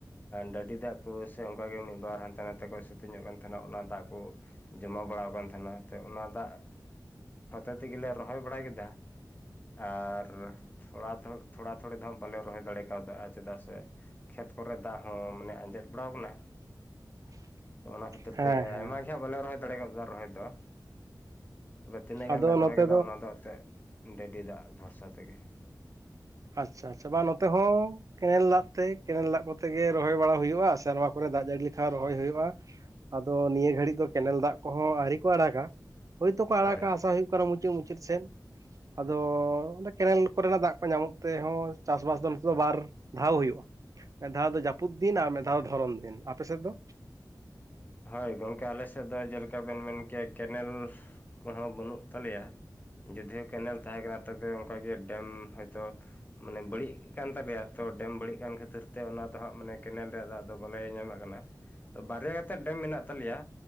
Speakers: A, on the left; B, on the right.
A: ᱰᱟᱹᱰᱤ ᱫᱟᱜ ᱠᱚ ᱥᱮ ᱚᱱᱠᱟᱜᱮ ᱢᱤᱫ ᱵᱟᱨ ᱦᱟᱱᱛᱮ ᱱᱟᱛᱮ ᱠᱚ ᱥᱤᱛᱤᱝᱚᱜ ᱠᱟᱱ ᱛᱟᱦᱮᱱᱟ᱾ ᱚᱱᱟ ᱫᱟᱜ ᱠᱚ ᱡᱚᱢᱟ ᱵᱟᱲᱟ ᱠᱟᱱ ᱛᱟᱦᱮᱱᱟ, ᱚᱱᱟ ᱫᱟᱜ ᱦᱚᱛᱮ ᱛᱮᱜᱮᱞᱮ ᱨᱚᱦᱚᱭ ᱵᱟᱲᱟ ᱠᱮᱫᱟ ᱾ ᱟᱨ ᱛᱷᱚᱲᱟ-ᱛᱷᱩᱚᱲᱤ ᱫᱚᱦᱟᱸᱜ ᱵᱟᱞᱮ ᱨᱚᱦᱚᱭ ᱫᱟᱲᱮ ᱠᱟᱣᱫᱟ ᱪᱮᱫᱟᱜ ᱥᱮ ᱠᱷᱮᱛ ᱠᱚᱨᱮ ᱫᱟᱜ ᱦᱚᱸ ᱢᱟᱱᱮ ᱟᱸᱡᱮᱫ ᱵᱟᱲᱟᱣ ᱠᱟᱱᱟ?
B: <inaudible>
A: ᱛᱚ ᱚᱱᱟ ᱠᱷᱟᱹᱛᱤᱨ
B: ᱦᱮᱸ
A: ᱛᱮ,
B: ᱦᱮᱸ
A: ᱟᱭᱢᱟ ᱜᱮ ᱦᱟᱸᱜ ᱵᱟᱞᱮ ᱨᱚᱦᱚᱭ ᱫᱟᱲᱮ ᱠᱟᱣᱫᱟ ᱨᱚᱦᱚᱭ ᱫᱚ ᱾ ᱛᱚᱵᱮ ᱛᱤᱱᱟᱹᱜ ᱜᱟᱱᱞᱮ
B: ᱟᱫᱚ
A: ᱨᱚᱦᱚᱭ
B: ᱱᱚᱛᱮ
A: ᱠᱟᱫᱟ, ᱚᱱᱟ ᱫᱚ ᱮᱱᱛᱮᱜ ᱰᱟᱹᱰᱤ ᱫᱟᱜ ᱵᱷᱚᱨᱥᱟ ᱛᱮᱜᱮ ᱾
B: ᱟᱪᱷᱟ - ᱟᱪᱷᱟ ᱵᱟᱝ ᱱᱚᱛᱮ ᱦᱚᱸ ᱠᱮᱱᱮᱞ ᱫᱟᱜ ᱛᱮ ᱠᱮᱱᱮᱞ ᱫᱟᱜ ᱠᱚᱛᱮ ᱜᱮ ᱠᱮᱱᱟᱞ ᱫᱟᱜ ᱛᱮ ᱠᱮᱱᱟᱞ ᱫᱟᱜ ᱠᱚᱛᱮ ᱨᱚᱦᱚᱭ ᱵᱟᱲᱟ ᱦᱩᱭᱩᱜᱼᱟ ᱥᱮ ᱱᱚᱣᱟ ᱠᱚᱨᱮ ᱫᱟᱜ ᱡᱟᱹᱲᱤ ᱞᱮᱠᱷᱟᱱ ᱨᱚᱦᱚᱭ ᱦᱩᱭᱩᱜᱼᱟ ᱟᱫᱚ ᱱᱤᱭᱟᱹ ᱜᱷᱟᱹᱲᱤᱡ ᱫᱚ ᱠᱮᱱᱮᱞ ᱫᱟᱜ ᱠᱚᱦᱚᱸ ᱟᱹᱣᱨᱤ ᱠᱚ ᱟᱲᱟᱜᱟ ᱦᱳᱭᱛᱳ ᱠᱚ ᱟᱲᱟᱜᱟ
A: ᱦᱳᱭ
B: ᱟᱥᱟ ᱦᱩᱭᱩᱜ ᱚᱠᱟᱨᱮ ᱢᱩᱪᱟᱹᱫ ᱢᱩᱪᱟᱹᱫ ᱥᱮᱫ ᱟᱫᱚ ᱠᱮᱱᱮᱞ ᱠᱚᱨᱮᱱᱟᱜ ᱫᱟᱜ ᱠᱚ ᱧᱟᱢᱚᱜ᱾ ᱛᱮᱦᱚᱸ ᱪᱟᱥᱵᱟᱥ ᱫᱚ ᱱᱚᱛᱮ ᱫᱚ ᱵᱟᱨ ᱫᱷᱟᱣ ᱦᱩᱭᱩᱜᱼᱟ᱾ ᱢᱤᱫ ᱫᱷᱟᱣ ᱫᱚ ᱡᱟᱹᱯᱩᱫ ᱫᱤᱱ ᱟᱨ ᱢᱤᱫ ᱫᱷᱟᱣ ᱫᱚ ᱫᱷᱚᱨᱚᱱ ᱫᱤᱱ ᱟᱯᱮ ᱥᱮᱫ ᱫᱚ
A: ᱦᱳᱭ ᱜᱚᱢᱠᱮ ᱟᱞᱮ ᱥᱮᱫ ᱫᱚ ᱡᱮᱞᱮᱠᱟ ᱵᱮᱱ ᱢᱮᱱ ᱠᱮᱭᱟ ᱠᱮᱱᱮᱞ ᱠᱚᱦᱚᱸ ᱵᱟᱹᱱᱩᱜ ᱛᱟᱞᱮᱭᱟ᱾ ᱡᱩᱫᱤ ᱠᱮᱱᱮᱞ ᱛᱟᱦᱮᱸ ᱠᱟᱱᱟ ᱛᱚᱵᱮ ᱚᱱᱠᱟᱜᱮ ᱰᱮᱢ ᱦᱚᱭᱛᱳ ᱢᱟᱱᱮ ᱵᱟᱹᱲᱤᱡ ᱠᱟᱱ ᱛᱟᱯᱮᱭᱟ ᱛᱚ ᱰᱮᱢ ᱵᱟᱹᱲᱤᱡ ᱠᱟᱱ ᱠᱷᱟᱹᱛᱤᱨ ᱛᱮ ᱚᱱᱟ ᱫᱚ ᱦᱟᱸᱜ ᱢᱟᱱᱮ ᱠᱮᱱᱮᱞ ᱨᱮᱭᱟᱜ ᱫᱟᱜ ᱵᱚᱞᱮ ᱧᱟᱢᱚᱜ ᱠᱟᱱᱟ ᱛᱚ ᱵᱟᱨᱭᱟ ᱠᱟᱛᱮᱫ ᱰᱮᱢ ᱢᱮᱱᱟᱜ ᱛᱟᱞᱮᱭᱟ